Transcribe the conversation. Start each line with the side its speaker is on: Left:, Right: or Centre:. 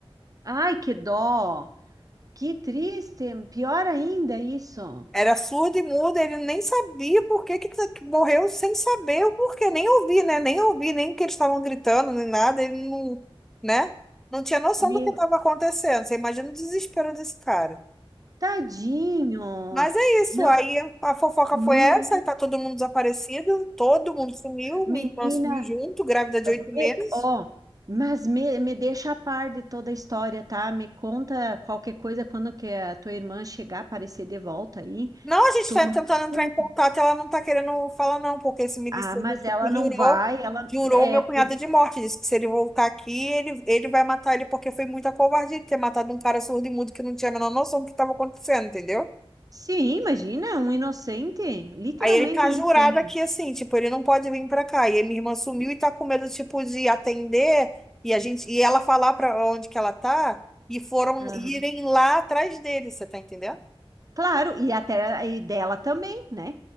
Right: Ai, que dó. Que triste. Pior ainda isso.
Centre: Era surdo e mudo, ele nem sabia por que, que, que morreu, sem saber o porquê, nem ouvi, né? Nem ouvi, nem que eles estavam gritando, nem nada, ele não, né? Não tinha noção
Right: Meu,
Centre: do que estava acontecendo. Você imagina o desespero desse cara.
Right: tadinho.
Centre: Mas é isso,
Right: Não,
Centre: aí a fofoca
Right: menina,
Centre: foi essa, aí tá todo mundo desaparecido, todo mundo sumiu,
Right: menina,
Centre: minha irmã sumiu junto, grávida de oito
Right: me-
Centre: meses.
Right: ó, mas me, me deixa a par de toda a história, tá? Me conta qualquer coisa quando que a tua irmã chegar, aparecer de volta aí.
Centre: Não, a gente está
Right: Tu me
Centre: tentando entrar
Right: conta.
Centre: em contato, ela não está querendo falar, não, porque esse miliciano
Right: Ah, mas
Centre: que
Right: ela
Centre: jurou,
Right: não vai, ela
Centre: jurou
Right: é
Centre: o meu
Right: por
Centre: cunhado de morte. Disse que se ele voltar aqui, ele, ele vai matar ele, porque foi muita covardia ele ter matado um cara surdo e mudo que não tinha a menor noção do que estava acontecendo, entendeu?
Right: Sim, imagina, um inocente, literalmente
Centre: Aí ele tá
Right: inocente.
Centre: jurado aqui assim, tipo, ele não pode vir pra cá. E aí minha irmã sumiu
Right: E-
Centre: e tá com medo, tipo, de atender e a gente e ela falar pra onde que ela tá e foram
Right: Aham.
Centre: irem lá atrás dele, você tá entendendo?
Right: Claro, e até e dela também, né?